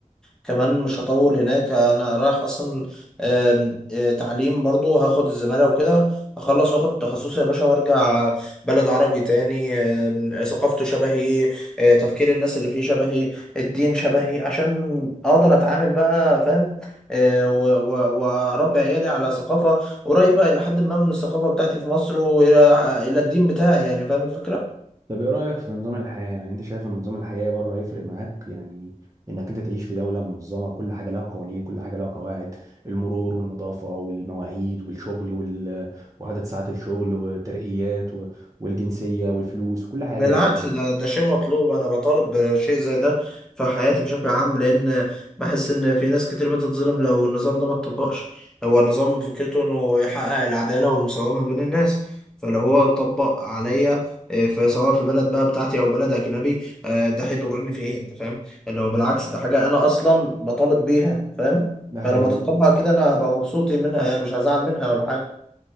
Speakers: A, in the centre; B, on the right.
A: كمان مش هطول هناك انا رايح اصلا آم، آه، تعليم برضو هاخد الزماله وكده اخلص واخد تخصصي يا باشا وارجع بلد عربي تاني آم، ثقافته شبهي آه، تفكير الناس اللي فيه شبهي الدين شبهي عشان اقدر اتعامل بقى فاهم آه، و- و- واربي عيالي على ثقافه قريبه الى حد ما من الثقافه بتاعتي في مصر والى الى الدين بتاعي يعني فاهم الفكره
B: طب ايه رأيك في نظام الحياة يعني انت شايف ان نظام الحياة بره يفرق معاك يعني انك انت تعيش في دولة منظمة كل حاجة لها قوانين كل حاجة لها قواعد المرور والنظافة والمواعيد والشغل وال... وعدد ساعات الشغل وترقيات و... والجنسية والفلوس وكل حاجة
A: بالعكس
B: يعني
A: ده ده شيء مطلوب انا بطالب بشيء زي ده في حياتي بشكل عام لان بحس ان في ناس كتير بتتظلم لو النظام ده ما اتطبقش هو النظام فكرته انه يحقق العدالة والمساومة بين الناس فلو هو اتطبق عليا إيه، في سواء في بلد بقى بتاعتي او بلد اجنبي آه، ده هيضرني في ايه انت فاهم اللي هو بالعكس ده حاجة انا اصلا بطالب بيها فاهم
B: ده حقيقي
A: فلما تتطبق كده انا هبقى مبسوط منها يعني مش هزعل منها ولا حاجة